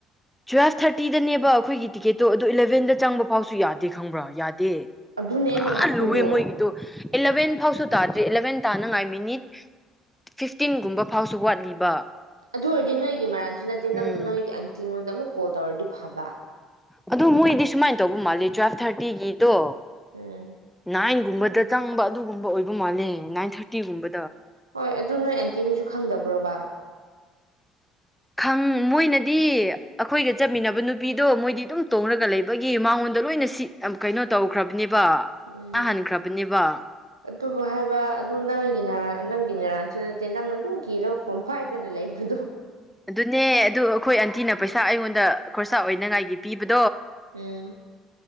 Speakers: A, in the centre; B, on the right.
A: ꯇꯨꯌꯦꯞ ꯊꯥꯔꯇꯤꯗꯅꯦꯕ ꯑꯈꯣꯏꯒꯤ ꯇꯤꯀꯦꯠꯇꯣ ꯑꯗꯨ ꯏꯂꯚꯦꯟꯗ ꯆꯪꯕ ꯐꯥꯎꯁꯨ ꯌꯥꯗꯦ ꯈꯪꯕ꯭ꯔꯥ ꯌꯥꯗꯦ
B: ꯑꯗꯨꯅꯦ
A: ꯄꯨꯔꯥ
B: ꯑꯩꯅ ꯉꯛꯄꯗꯣ
A: ꯂꯨꯔꯦ ꯃꯣꯏꯒꯤꯗꯣ ꯑꯦꯂꯚꯦꯟ ꯐꯥꯎꯁꯨ ꯇꯥꯗꯦ ꯑꯦꯂꯚꯦꯟ ꯇꯥꯅꯉꯥꯏ ꯃꯤꯅꯤꯠ ꯐꯤꯐꯇꯤꯟꯒꯨꯝꯕ ꯐꯥꯎꯁꯨ ꯋꯥꯠꯂꯤꯕ
B: ꯑꯗꯨ ꯑꯣꯏꯔꯗꯤ ꯅꯣꯏꯒꯤ ꯃꯔꯥꯟꯁꯨ ꯅꯪꯇꯦ ꯅꯪꯗꯨ
A: ꯎꯝ
B: ꯅꯣꯏꯒꯤ ꯑꯟꯇꯤꯉꯣꯟꯗ ꯑꯃꯨꯛ ꯀꯣꯜ ꯇꯧꯔꯗꯤ ꯐꯕ
A: ꯑꯗꯣ ꯃꯣꯏꯗꯤ ꯁꯨꯃꯥꯏꯅ ꯇꯧꯕ ꯃꯥꯜꯂꯦ ꯇꯨꯌꯦꯞ ꯊꯥꯔꯇꯤꯒꯤꯗꯣ
B: ꯎꯝ
A: ꯅꯥꯏꯟ ꯒꯨꯝꯕ ꯗꯨꯗ ꯆꯪꯕ ꯑꯗꯨꯒꯨꯝꯕ ꯑꯣꯏꯕ ꯃꯥꯜꯂꯦ ꯅꯥꯏꯟ ꯊꯥꯔꯇꯤꯒꯨꯝꯕ
B: ꯍꯣꯏ ꯑꯗꯨ ꯅꯣꯏ ꯑꯦꯟꯇꯤꯈꯣꯏꯁꯨ ꯈꯪꯗꯕ꯭ꯔꯣꯕ
A: ꯈꯪ ꯃꯣꯏꯅꯗꯤ ꯑꯩꯈꯣꯏꯒ ꯆꯠꯃꯤꯟꯅꯕ ꯅꯨꯄꯤꯗꯣ ꯃꯣꯏꯗꯤ ꯑꯗꯨꯝ ꯇꯣꯡꯉꯒ ꯂꯩꯕꯒꯤ ꯃꯉꯣꯟꯗ ꯂꯣꯏꯅ ꯁꯤ ꯀꯩꯅꯣ ꯇꯧꯈ꯭ꯔꯕꯅꯦꯕ
B: ꯎꯝ
A: ꯏꯕ ꯍꯟꯈ꯭ꯔꯕꯅꯦꯕ
B: ꯑꯗꯨꯕꯨ ꯍꯥꯏꯕ ꯑꯗꯨ ꯅꯪꯒꯤ ꯅ ꯅꯪꯒꯤ ꯅꯔꯥꯟꯁꯨ ꯅꯠꯇꯦ ꯅꯪꯅ ꯑꯗꯨꯝ ꯀꯤꯔꯒ ꯐꯣꯟ ꯄꯥꯏꯗꯅ ꯂꯩꯕꯗꯨ
A: ꯑꯗꯨꯅꯦ ꯑꯗꯨ ꯑꯩꯈꯣꯏ ꯑꯟꯇꯤꯅ ꯄꯩꯁꯥ ꯑꯩꯉꯣꯟꯗ ꯈꯣꯔꯁꯥ ꯑꯣꯏꯅꯉꯥꯏꯒꯤ ꯄꯤꯕꯗ
B: ꯎꯝ